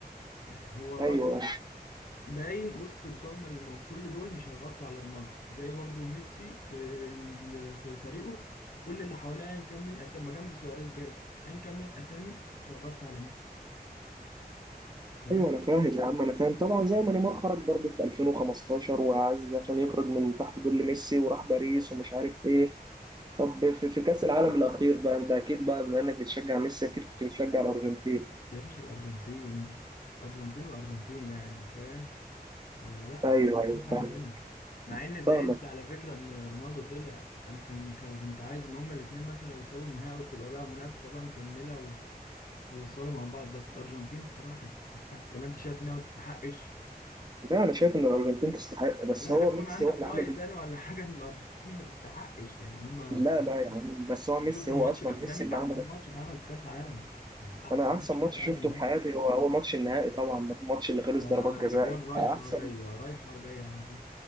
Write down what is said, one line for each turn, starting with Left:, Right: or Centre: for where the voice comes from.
Left: يعني هو راجل
Right: ايوه
Left: باين وسط الضلمة اللي موجود كل دول مش هيغطوا على رونالدو زي برضه ميسي في في فريقه كل اللي حواليه أيا كان من الأسامي ما جنبه سواريز بيلعب أيا كان من الأسامي مش هيغطي على ميسي فاهم
Right: ايوه انا فاهم يا عم انا فاهم طبعا زي ما نيمار خرج برضه في 2015 وعايز عشان يخرج من تحت ظل ميسي وراح باريس ومش عارف ايه طب في في كأس العالم الأخير بقى أنت أكيد بقى بما إنك بتشجع ميسي أكيد كنت بتشجع الأرجنتين
Left: ده يا باشا الأرجنتين أرجنتين الأرجنتين يعني فاهم آه لا
Right: أيوه
Left: انا كان
Right: أيوه
Left: حاجه
Right: فاهم-
Left: تانية مع ان زعلت
Right: فاهمك
Left: على فكره ان رونالدو طلع انا كنت كنت عايز ان هما الاثنين مثلا يوصلوا النهائي وتبقى بقى منافسه بقى مكمله و- ويوصلوا مع بعض بس الارجنتين الصراحه كانت تستحقها ولا انت شايف انها ما تستحقش
Right: لا أنا شايف إن الأرجنتين تستحق بس
Left: لا
Right: هو
Left: لا تكون
Right: ميسي
Left: عندك
Right: هو اللي
Left: راي
Right: عمل
Left: تاني ولا حاجه ان الارجنتين ما تستحقش يعني هما
Right: لا
Left: الصراحه
Right: لا يا عم بس هو ميسي
Left: شفت الماتش
Right: هو أصلا
Left: الاخراني
Right: ميسي اللي
Left: احسن
Right: عمل
Left: ماتش اتعمل في كاس عالم يعني احسن
Right: أنا أحسن
Left: ماتش
Right: ماتش
Left: في كاس عالم
Right: شفته في
Left: نهائي
Right: حياتي هو هو ماتش النهائي طبعا الماتش اللي خلص
Left: آه،
Right: ضربات جزاء
Left: الاجوان رايحه
Right: أحسن
Left: جايه رايحه جايه على طول